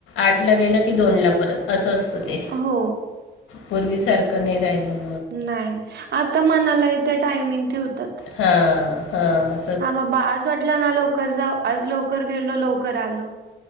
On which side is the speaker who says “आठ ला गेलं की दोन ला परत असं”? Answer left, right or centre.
Left